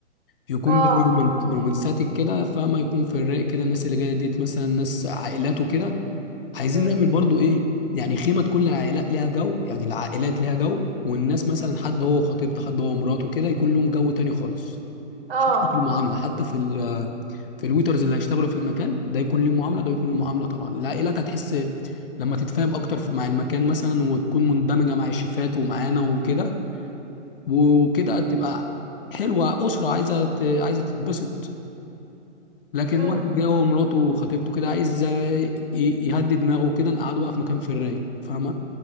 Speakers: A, on the left; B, on the right.
A: يكون
B: اه
A: جاي رومانت- رومانساتك كده فما يكون في الرايق كده الناس اللي جايه ديت مثلا ناس عائلات وكده عايزين
B: مم،
A: نعمل برضو ايه يعني خيمه تكون العائلات ليها جو يعني العائلات ليها جو والناس مثلا حد هو خطيبته حد هو مراته كده يكون لهم جو تاني خالص
B: اه
A: حتى في المعامله حتى في ال في الويترز اللي هيشتغلوا في المكان ده يكون ليه معامله ده يكون ليه معامله طبعا العائلات هتحس لما تتفاهم اكتر في مع المكان مثلا وتكون مندمجه مع الشيفات ومعانا وكده وكده تبقى حلوه اسره عايزه ت- عايزه تتبسط لكن
B: مم،
A: واحد جاي هو ومراته وخطيبته كده عايز آه، ي- يهدي دماغه وكده نقعدوها بقى في مكان في الرايق فاهمه